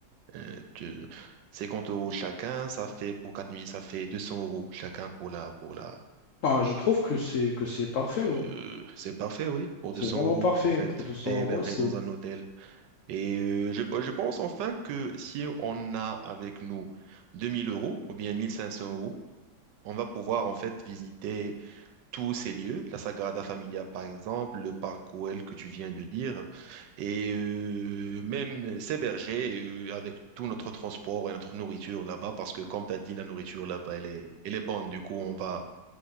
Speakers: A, on the right; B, on the left.
A: Euh, tu- 50 euros chacun, ça fait pour quatre nuits, ça fait 200 euros chacun pour la, pour la.
B: Enfin, je trouve que c'est que c'est parfait. ouais.
A: euh, c'est parfait, oui. Pour
B: C'est
A: 200
B: vraiment
A: euros,
B: parfait.
A: en fait,
B: pour deux 200
A: t'es
B: euros,
A: hébergé
B: c'est...
A: dans un hôtel. Et euh, je, je pense enfin que si on a avec nous 2000 euros ou bien 1500 euros, on va pouvoir en fait visiter tous ces lieux, la Sagrada Familia par exemple, le parc Güell que tu viens de dire, et euh, même s'héberger euh, avec tout notre transport et notre nourriture là-bas, parce que comme tu as dit, la nourriture là-bas, elle est, elle est bonne, du coup on va,